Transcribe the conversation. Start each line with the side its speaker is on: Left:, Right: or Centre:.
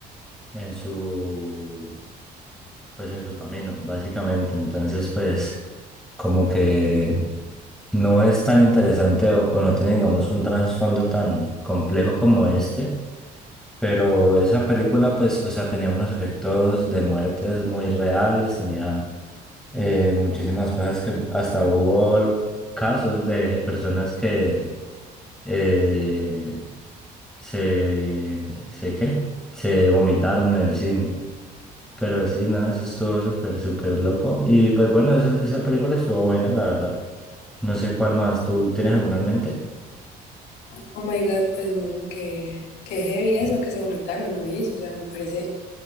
Centre: en su, pues en su camino, básicamente. Entonces, pues como que no es tan interesante o, o no tiene, digamos, un trasfondo tan complejo como este, pero esa película, pues, o sea, tenía unos efectos de muertes muy reales, tenía eh, muchísimas cosas que hasta hubo casos de personas que eh, se, se, ¿qué? Se vomitaron en el cine. Pero sí, no, eso estuvo súper, súper loco. Y pues bueno, esa, esa película estuvo buena, la verdad. No sé cuál más. ¿Tú tienes alguna en mente?
Left: Oh my God, pues no, que, que heavy eso, que se vomitaron, ¿no? O sea, me parece